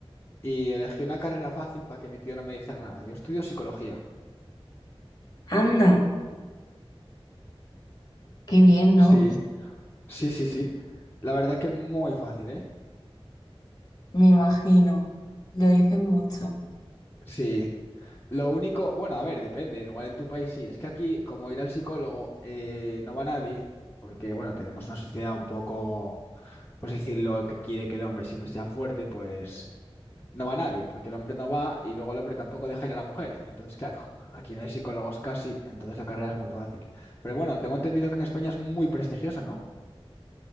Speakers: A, on the left (about 25°); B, on the left (about 40°).
A: Y elegí una carrera fácil para que mi tío no me dijera nada. Yo estudio psicología.
B: Anda, qué bien, ¿no?
A: Sí. Sí, sí, sí. La verdad que es muy fácil, ¿eh?
B: Me imagino, lo dicen mucho.
A: Sí. Lo único, bueno, a ver, depende. Igual en tu país sí. Es que aquí, como ir al psicólogo, eh, no va nadie, porque, bueno, tenemos una sociedad un poco, pues decirlo, que quiere que el hombre siempre sea fuerte, pues no va nadie, porque el hombre no va y luego el hombre tampoco deja ir a la mujer. Entonces, claro, <laughs> aquí no hay psicólogos casi, entonces la carrera es muy fácil. Pero bueno, tengo entendido que en España es muy prestigiosa, ¿no?